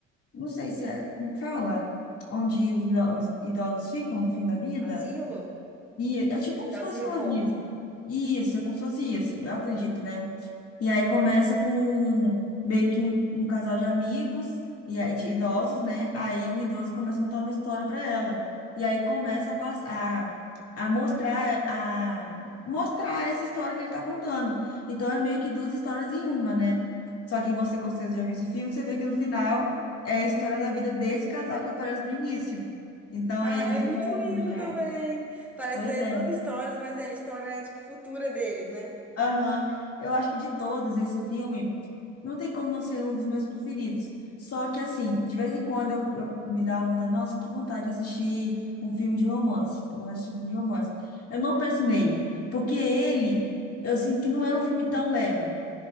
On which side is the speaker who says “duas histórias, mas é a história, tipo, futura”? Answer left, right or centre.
Centre